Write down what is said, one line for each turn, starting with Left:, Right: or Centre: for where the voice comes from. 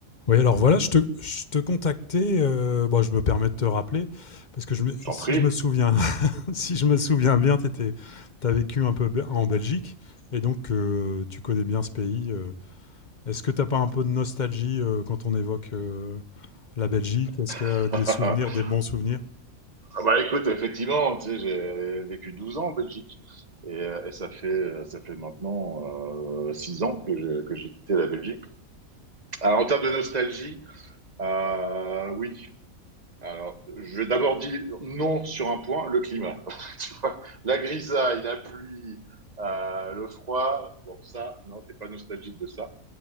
Left: Oui, alors voilà, je te, je te contactais, euh, bon, je me permets de te rappeler, parce que je me-
Right: Je T'en
Left: si
Right: prie.
Left: je me souviens, <laughs> si je me souviens bien, tu as vécu un peu be- en Belgique, et donc euh, tu connais bien ce pays. euh. Est-ce que t'as pas un peu de nostalgie euh, quand on évoque euh, la Belgique? Est-ce que euh,
Right: <laughs>
Left: des
Right: ah
Left: souvenirs, des bons souvenirs?
Right: bah écoute, effectivement, tu sais, j'ai vécu 12 ans en Belgique. Et, euh, et ça fait, euh, ça fait maintenant euh, six ans que j'ai que j'ai quitté la Belgique. Alors, en termes de nostalgie, euh, oui. Alors, je vais d'abord dire non sur un point, le climat. <laughs> tu vois, la grisaille, la pluie, euh, le froid. Bon, ça, non, t'es pas nostalgique de ça.